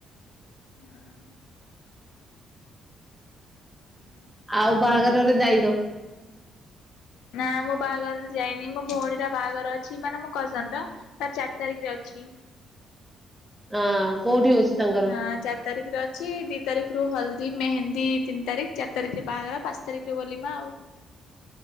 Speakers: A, on the left (about 80°); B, in the centre.
A: ହୁଁ। ହୁଁ।
B: ଆଉ ବାହାଘରରେ ଯାଇନ।
A: ନା ମୁଁ ବାହାଘର ରେ ଯାଇନି ମୋ ଭଉଣୀ ର ବାହାଘର ଅଛି ମାନେ ମୋ କଜନ୍ ର। ତାର ଚାରି ତାରିଖରେ ଅଛି।
B: ହଁ କୋଉଠି ହଉଛି ତାଙ୍କର।
A: ହଁ ଚାରି ତାରିଖରେ ଅଛି ଦି ତାରିଖରୁ ହଳଦୀ ମେହେନ୍ଦୀ ତିନି ତାରିଖ ଚାରି ତାରିଖରେ ବାହାଘର ପାଞ୍ଚ ତାରିଖରେ ବଲିମା ଆଉ।